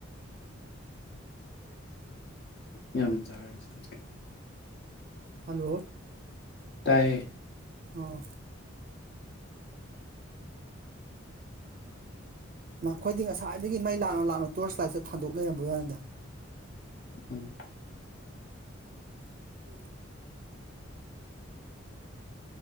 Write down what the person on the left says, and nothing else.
ꯌꯥꯝ ꯆꯥꯔꯦ ꯉꯁꯤꯗꯤ
ꯇꯥꯏꯌꯦ
ꯎꯝ